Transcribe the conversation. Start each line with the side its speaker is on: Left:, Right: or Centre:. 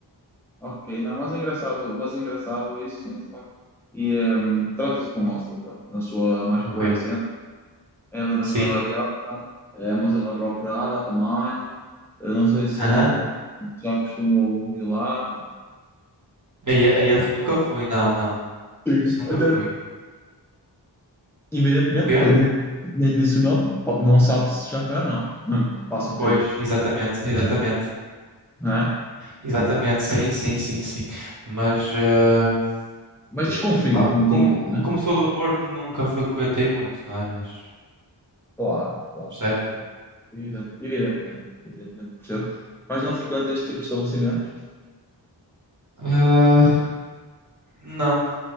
Centre: ok, não, mas é engraçado, mas é engraçado isso, sim, de facto. E hum, trata-se de um hostel, pronto, na sua mais
Right: Ok.
Centre: pura essência, é ali na
Right: Sim?
Centre: zona da Ariosta, é uma zona procurada também, eu não sei se
Right: Aham.
Centre: já costumou ir lá.
Right: A e- a esse nunca fui, não, não.
Centre: Sim,
Right: Isso nunca
Centre: até
Right: fui.
Centre: Evidentemente,
Right: O quê?
Centre: porque eu nem, nem disse o nome, pode- não sabe se já foi ou não. <laughs> Hum, Passa o
Right: Pois,
Centre: termo,
Right: exatamente, exatamente.
Centre: não é?
Right: Exatamente, sim, sim, sim, sim. Mas, eh,
Centre: Mas
Right: eh,
Centre: desconfio,
Right: pá,
Centre: não
Right: como,
Centre: tem medo,
Right: como
Centre: é?
Right: sou do Porto, nunca frequentei muito, não é? Mas,
Centre: Claro, claro,
Right: percebe?
Centre: evidente, evidente, evidentemente, evidentemente, percebo. Mas não frequento este tipo de estabelecimentos.
Right: Ah, não,